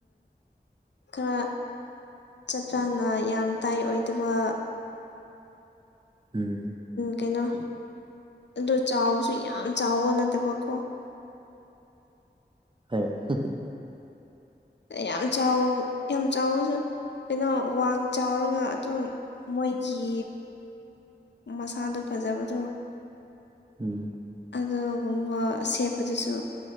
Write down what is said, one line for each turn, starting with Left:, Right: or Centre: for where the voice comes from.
Left: ꯈꯔ ꯆꯞ ꯆꯥꯅ ꯌꯥꯝ ꯇꯥꯏꯠ ꯑꯣꯏꯗꯕ
Right: ꯎꯝ
Left: ꯀꯩꯅꯣ ꯑꯗꯨ ꯆꯥꯎꯕꯁꯨ ꯌꯥꯝ ꯆꯥꯎꯕ ꯅꯠꯇꯕꯀꯣ
Right: ꯍ <inaudible>
Left: ꯌꯥꯝ ꯆꯥꯎ ꯌꯥꯝ ꯆꯥꯎꯕꯁꯨ ꯀꯩꯅꯣ ꯋꯥꯡ ꯆꯥꯎꯔꯒ ꯑꯗꯨ ꯃꯣꯏꯒꯤ ꯃꯁꯥꯗꯣ ꯐꯖꯕꯗꯣ
Right: ꯎꯝ
Left: ꯑꯗꯨꯒꯨꯝꯕ ꯁꯦꯠꯄꯗꯨꯁꯨ